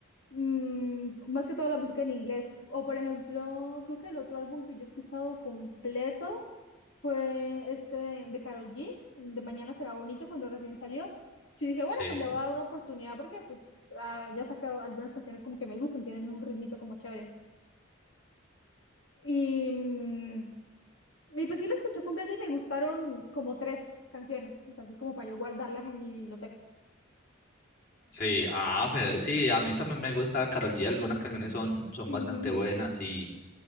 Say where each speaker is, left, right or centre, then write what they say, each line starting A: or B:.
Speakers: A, on the left; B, on the left.
A: mm, más que todo la música en inglés. O por ejemplo, creo que el otro álbum que yo he escuchado completo fue este de, de Karol G, de Mañana será bonito, cuando recién salió. Yo dije,
B: Sí,
A: bueno, pues le voy a dar una oportunidad porque pues ah, ya he sacado algunas canciones como que me gustan, tienen un ritmito como chévere. Y, mm, Y pues sí lo escuché completo y me gustaron como tres canciones, o sea, así como para yo guardarlas en mi biblioteca.
B: sí, ah, pero sí, a mí también me gusta Karol G, algunas canciones son, son
A: Ujú,
B: bastante buenas y